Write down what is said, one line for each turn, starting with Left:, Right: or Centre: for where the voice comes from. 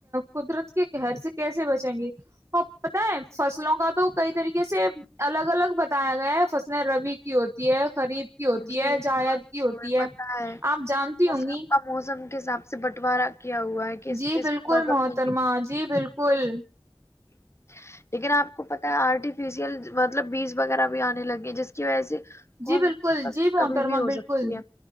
Right: قدرت کے قہر سے کیسے بچیں گے اور پت ہے فصلوں کا تو کئی طریقے سے الگ الگ بتایا گیا ہے فصلیں ربی کی ہوتی ہے قریب کی ہوتی
Left: جی
Right: ہے
Left: یہ
Right: جائید
Left: بات تو
Right: کی ہوتی
Left: ہمیں
Right: ہے
Left: پتہ
Right: آپ جانتی ہوں
Left: فصلوں
Right: گی
Left: کا موسم حساب سے بٹوارہ کیا ہوا ہے کس
Right: جی
Left: اس
Right: بالکل
Left: موسم
Right: محترما
Left: میںگ
Right: جی بالکل
Left: <unintelligible> <inaudible> لیکن آپ کو پتا ہے آرٹیفیشیل مطلب بیج وغیرہ بھی آنے لگے جس کی وجہ سے کون
Right: جی بالکل
Left: سی
Right: ل
Left: فصل
Right: جی محترما
Left: کبھی بھی ہو
Right: بالکل
Left: سکتی ہے